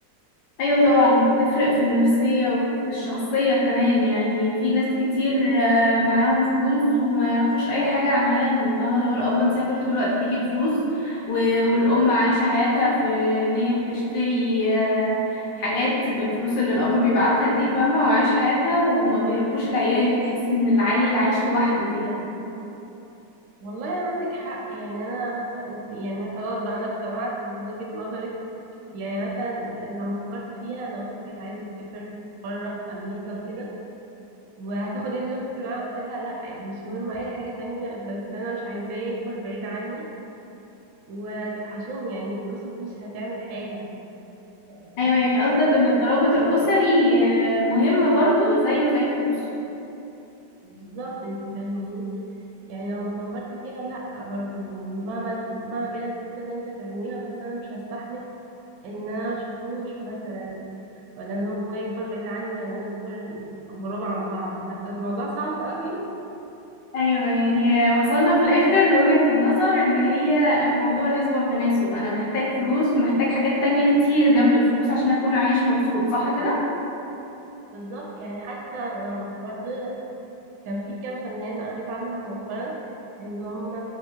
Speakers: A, on the left; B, on the right.
A: ايوه طبعا بتفرق في النفسية وفي الشخصية كمان يعني في ناس كتير آه، معاهم فلوس وما يعرفوش اي حاجة عن عيالهم فاهمة لو الاب مسافر طول الوقت بيجيب فلوس و- والام عايشة حياتها في ان هي بتشتري آه، حاجات بالفلوس اللي الاب بيبعتها دي فاهمة وعايشة حياتها وما بيربوش العيال تحسي ان العيل عايش لوحده كده
B: والله عندك حق يعني أنا مثلا يعني خلاص بقى أنا اقتنعت بوجهة نظرك يعني مثلا لما فكرت فيها أنا أختي كانت عايزة تسافر بره في أمريكا وكده وهتاخد ابن أختي معاها قلت لها لأ يعني مش مهم أي حاجة تانية بس أنا مش عايزاه يكبر بعيد عني وهتوحشوني يعني الفلوس مش هتعمل حاجة الفلوس
A: ايوه
B: مش
A: يعني قصدك
B: مهم
A: ان الترابط الاسري آه، مهم برضو زيه زي الفلوس
B: بالظبط انت فاهماني يعني لما فكرت فيها لا برضو يعني مهما الف- مهما كانت الفلوس اللي انت هتعمليها بس انا مش هستحمل ان انا ما اشوفهوش مثلا ولا ان هو يكبر بعيد عني ولا نكبر غراب عن بعض لا الموضوع صعب قوي
A: ايوه يعني وصلنا في الاخر لوجهة النظر ان هي الموضوع نسبة وتناسب انا محتاج فلوس محتاج حاجات تانية كتير جنب الفلوس عشان اكون عايش مبسوط صح كده؟
B: بالظبط يعني حتى لما- برضو كان في كام فنان قريت عنهم مؤخرا ان هم